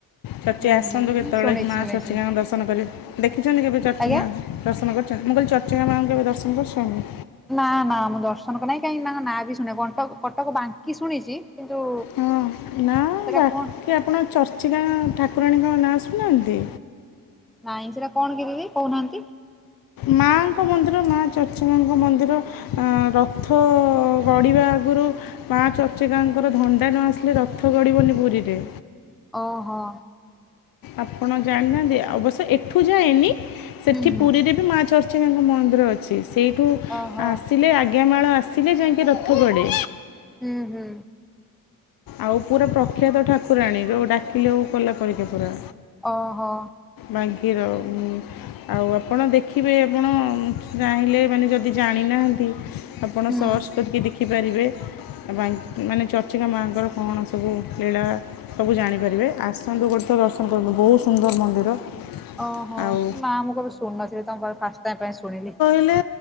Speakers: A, on the left; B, in the centre.
A: ଚର୍ଚି
B: ହୁଁ
A: ଆସନ୍ତୁ
B: ହୁଁ
A: କେତେବେଳେ
B: ଶୁଣିଛି
A: ମା
B: ଶୁଣିଛି
A: ଚର୍ଚିକାଙ୍କ ଦର୍ଶନ କରିବେ। ଦେଖିଛନ୍ତି କେବେ ଚର୍ଚିକା?
B: ଆଜ୍ଞା
A: ଦର୍ଶନ କରିଛନ୍ତି, ମୁଁ କହିଲି ଚର୍ଚିାକା ମାଙ୍କୁ କେବେ ଦର୍ଶନ କରିଚନ୍ତି?
B: ନା-ନା ମୁଁ ଦର୍ଶନ କରିନାଇଁ କାଇଁକି, ତାଙ୍କ ନାଁ ବି ଶୁଣିଆ କଟକ- କଟକ ବାଙ୍କି ଶୁଣିଚି। କିନ୍ତୁ
A: ହଁ, ନା
B: ସେଟା
A: ବାକି
B: କଣ
A: ଆପଣ ଚର୍ଚ୍ଚିକା ଠାକୁରାଣୀଙ୍କ ନାଁ ଶୁଣିନାହାଁନ୍ତି?
B: ନାଇଁ ସେଟା କଣ ଦିଦି କହୁନାହାଁନ୍ତି।
A: ମାଙ୍କ ମନ୍ଦିର ମା ଚର୍ଚ୍ଚିକାଙ୍କୁ ମନ୍ଦିର। ଅଁ ରଥ ଗଢ଼ିବା ଆଗରୁ ମାଁ ଚର୍ଚ୍ଚିକାଙ୍କର ଧଣ୍ଡା ନ ଆସିଲେ, ରଥ ଗଡ଼ିବନି ପୁରୀରେ।
B: ଓ ହଁ।
A: ଆପଣ ଜାଣନାହାଁନ୍ତି, ଅବଶ୍ୟ ଏଠୁ ଯାଏନି ସେଠି
B: ହୁଁ ହୁଁ
A: ପୁରୀରେ ବି ମାଁ ଚର୍ ଚିକାଙ୍କ ମନ୍ଦିର ଅଛି। ସେଇଠୁ
B: ଓହୋ
A: ଆସିଲେ ଆଜ୍ଞା ମାଳ ଆସିଲେ ଯାଇଙ୍କି ରଥ ଗଡେ।
B: ଉ ହୁଁ।
A: ଆଉ ପୁରା ପ୍ରଖ୍ୟାତ ଠାକୁରାଣୀ, ଯୋଉ ଡାକିଲେ ଉ କଲା ପରିକା ପୁରା।
B: ଓହୋ।
A: ବାଙ୍କିର ଉଁ ଆଉ, ଆପଣ ଦେଖିବେ, ଆପଣ ଚାହିଁଲେ ମାନେ ଯଦି ଜାଣିନାହାଁନ୍ତି ଆପଣ
B: ହୁଁ
A: ସର୍ଚ୍ଚ କରିକି ଦେଖିପାରିବେ, ବାଙ୍କ୍ ଆ ମାନେ ଚର୍ଚ୍ଚିକା ମାଁ ତାଙ୍କର କଣ ସବୁ ଲୀଳା। ସବୁ ଜାଣିପାରିବେ। ଆସନ୍ତୁ ଗୋଟେ ଥର ଦର୍ଶନ କରନ୍ତୁ ବହୁତ୍ ସୁନ୍ଦର୍ ମନ୍ଦିର।
B: ଓହୋ!
A: ଆଉ
B: ନା ମୁଁ କବେ ଶୁଣୁନଥିଲି। ତମ ପାଖରୁ ଫାଷ୍ଟ ଟାଇମ୍ ପାଇଁ ଶୁଣିଲି।
A: ହେଲେ